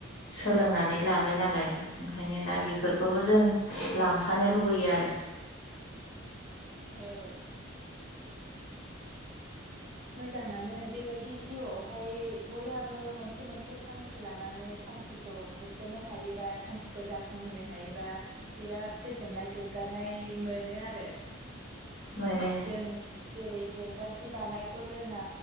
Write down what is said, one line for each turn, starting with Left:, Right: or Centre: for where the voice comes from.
Left: सोलोंनानै लाबाय नालाय ओंखायनो दा बेफोरखौबो जों लांफा नो लुबैयो आरो
Right: औ मोजाङानो बेबायदि जिउआवहाय बयहाबो मोनसे मोनसे थांखि लानानै थांखिखौ होसोनो हायोबा थांखिखौ जाफुंहोनो हायोबा बिराद गोजोननाय गोग्गा नाय मोनो आरो
Left: मोनो
Right: जों जेरै जों दा जि दानाय खौ रोङा